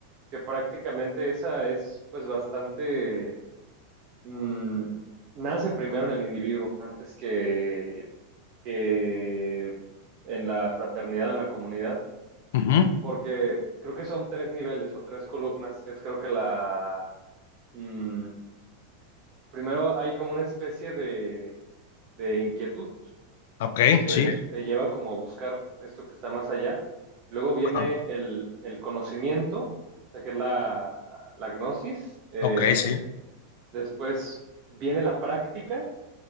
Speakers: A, on the right; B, on the left.
A: que prácticamente esa es pues bastante, mm, nace primero en el individuo antes que, que en la fraternidad, en la comunidad,
B: ujú,
A: porque creo que son tres niveles o tres columnas, que es creo que la, mm, primero hay como una especie de, de inquietud
B: Ok,
A: que
B: sí.
A: te lleva como a buscar esto que está más allá. Luego viene
B: ajá,
A: el, el conocimiento, o sea, que es la, la gnosis. Eh,
B: Ok, sí.
A: después viene la práctica